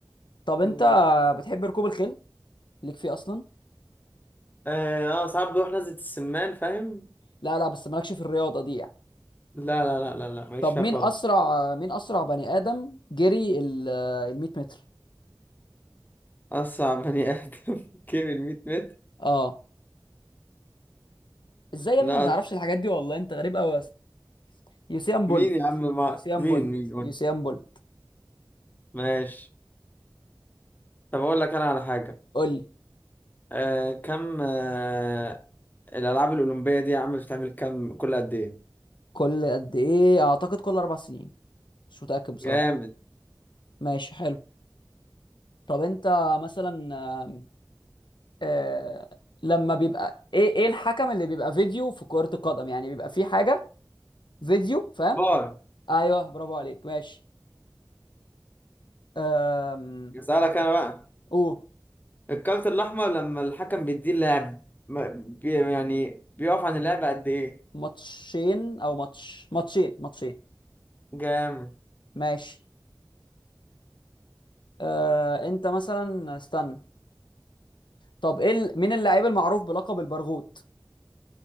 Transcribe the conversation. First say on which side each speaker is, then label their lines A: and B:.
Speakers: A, on the left (about 80°); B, on the left (about 25°).
A: طب أنت
B: آه
A: بتحب ركوب الخيل ليك فيه أصلا
B: آه، ساعات بروح نزلة السمان فاهم؟
A: لا لا بس مالكش في الرياضه دي يعني
B: لا لا لا لا لا ماليش
A: طب
B: فيها
A: مين
B: خالص
A: اسرع مين اسرع بني ادم جري ال ال 100 متر
B: أصعب بني آدم <laughs> جيب الميت متر
A: اه ازاي يا
B: لا
A: ابني ما تعرفش الحاجات دي والله انت غريب قوي يا اسطى يوسين
B: مين
A: بولت
B: يا عم مع...
A: يوسين
B: مين
A: بولت
B: مين
A: يوسين بولت
B: ماشي طب اقول لك انا على حاجه
A: قول لي
B: آه كم آه الالعاب الاولمبيه دي يا عم بتعمل كم كل قد ايه
A: كل قد ايه اعتقد كل اربع سنين مش متاكد بصراحه
B: جامد
A: ماشي حلو طب انت مثلا آم، آه لما بيبقى ايه ايه الحكم اللي بيبقى فيديو في كرة القدم يعني بيبقى في حاجة فيديو فاهم
B: باي
A: ايوه برافو عليك ماشي أم...
B: اسالك انا بقى
A: قول
B: الكارت الاحمر لما الحكم بيديه اللاعب ما- بي يعني بيقف عن اللعب قد ايه
A: ماتشين او ماتش ماتشين ماتشين
B: جامد
A: ماشي آه انت مثلا استنى طب ايه ال... مين اللاعب المعروف بلقب البرغوت